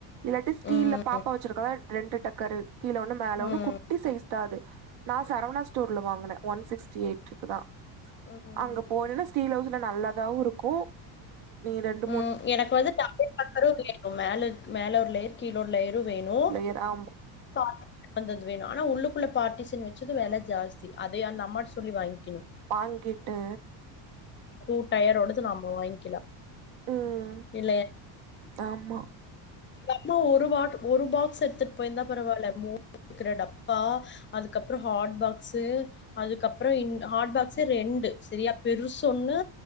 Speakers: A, on the right; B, on the left.
A: இல்லாட்டி ஸ்டீல்ல
B: ம்,
A: பாப்பா வச்சிருக்கால ரெண்டு டக்கரு கீழே ஒன்னு மேல ஒன்னு
B: ம்,
A: குட்டி சைசுதா அது நா சரவணா ஸ்டோர்ல வாங்கினே ஒன் சிக்ஸ்டி எயிட் குதா
B: ம்.
A: அங்க போனேன்னா ஸ்டீல் ஹவுஸ்ல நல்லதாவு இருக்கு நீ ரெண்
B: ம் எனக்கு வந்து டபுள் டக்கரு வேணு மேலே இருக் மேலே ஒரு லேயர் கீழ லேயரு வேணு
A: எர் ஆமா
B: சாத் வந்தது வேணு ஆனா உள்ளுக்குள்ள பாட்டிசன் வச்சது வெல ஜாஸ்தி அதே அந்த அம்மாட்ட சொல்லி வாங்க்கணு
A: வாங்கிட்டு
B: டூ டயரோடது நாம வாங்க்கிலா
A: ம்
B: இல்லய
A: ஆமா
B: அம்மா ஒரு வாட் ஒரு பாக்ஸ எடுத்துட் போயிருந்தா பரவால்ல <inaudible> டப்பா அதுக்கப்றோ ஹாட் பாக்ஸு அதுக்கப்றோ இன் ஹாட் பாக்ஸே ரெண்டு சரியா பெருசு ஒன்னு